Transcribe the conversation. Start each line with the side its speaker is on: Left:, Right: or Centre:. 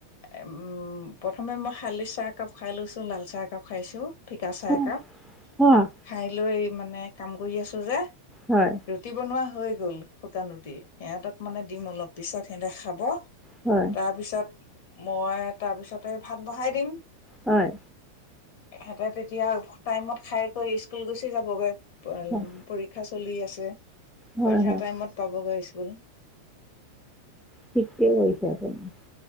Left: উম, প্ৰথমে মই শালি চাহ একাপ খাই লৈছো, লাল চাহ একাপ খাইছো। ফিকা চাহ
Centre: অ'
Left: একাপ,
Centre: অ'
Left: খাই লৈ মানে কাম কৰি আছো যে
Centre: হয়।
Left: ৰুটি বনোৱা হৈ গ'ল, শুকান ৰুটি, সিহঁতক মানে দিম অলপ পিছত, সিহঁতে খাব।
Centre: হয়।
Left: তাৰপিছত, মই তাৰপিছতে ভাত বহাই দিম।
Centre: হয়।
Left: এহেতে তেতিয়া টাইমত খাই কৰি স্কুল গুচি যাবগৈ। পৰীক্ষা
Centre: হয়
Left: চলি আছে,
Centre: হয়
Left: পৰীক্ষা
Centre: হয়
Left: টাইমত পাবগৈ স্কুল।
Centre: ঠিকেই <unintelligible> আপুনি।